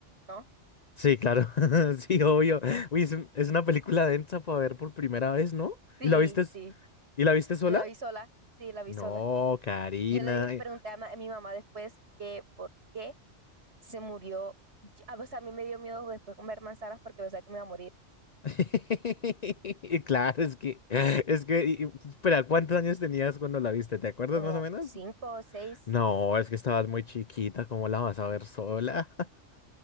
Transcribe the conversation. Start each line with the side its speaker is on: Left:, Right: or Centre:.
Right: ¿no?
Left: Sí, claro, <laughs> sí, obvio.
Right: Eh,
Left: Uy, es, un- es una película densa para ver por primera vez, ¿no?
Right: sí,
Left: ¿Y la viste,
Right: sí,
Left: s- y la viste sola?
Right: yo la vi sola, sí, la vi
Left: No,
Right: sola.
Left: Karina.
Right: Yo le di- pregunté a, ma- a mi mamá después que por qué se murió. Y- ah, O sea, a mí me dio miedo después comer manzanas porque pensaba que me iba a morir
Left: <laughs> Claro, es que, es que, y- y, espera, ¿cuántos años tenías cuando la viste? ¿Te acuerdas
Right: como
Left: más o menos?
Right: cinco o seis
Left: No, es que estabas muy chiquita, ¿cómo la vas a ver sola?